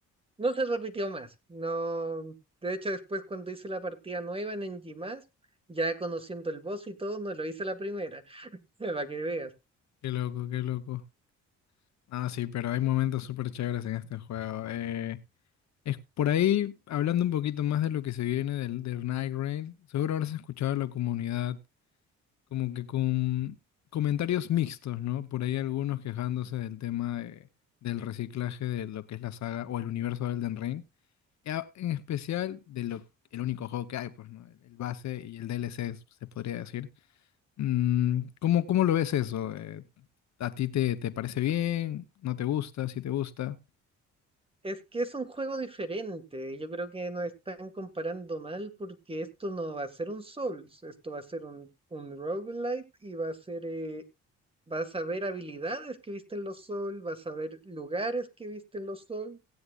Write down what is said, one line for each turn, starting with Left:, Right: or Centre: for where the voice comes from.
Right: no se repitió más. No, de hecho, después cuando hice la partida nueva en NG+, ya conociendo el boss y todo, no lo hice la primera, <laughs> para que veas.
Left: Qué loco, qué loco. Ah, sí, pero hay momentos súper chéveres en este juego. Eh, es por ahí, hablando un poquito más de lo que se viene del, del Night Rain, seguro habrás escuchado a la comunidad como que con comentarios mixtos, ¿no? Por ahí algunos quejándose del tema de- del reciclaje de lo que es la saga o el universo de Elden Ring, y a- en especial de lo, el único juego que hay, pues, ¿no? El, el base y el DLC, se podría decir. Mm, ¿cómo, cómo lo ves eso? Eh, ¿a ti te, te parece bien? ¿No te gusta? ¿Si te gusta?
Right: Es que es un juego diferente. Yo creo que nos están comparando mal porque esto no va a ser un Souls, esto va a ser un, un roguelite y va a ser, eh, vas a ver habilidades que viste en los Souls, vas a ver lugares que viste en los Souls